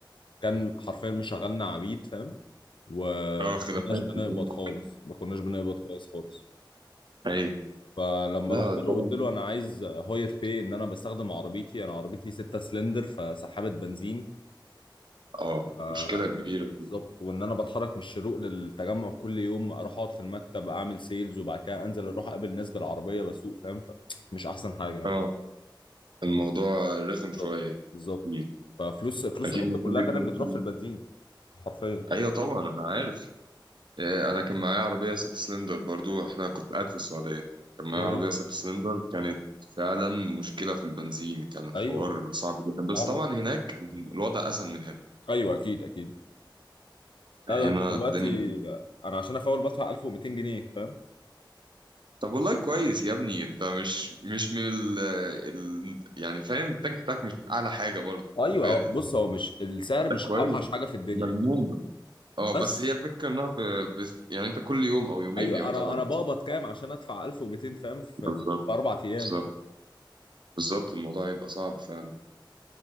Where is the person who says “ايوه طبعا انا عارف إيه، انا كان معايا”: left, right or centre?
Right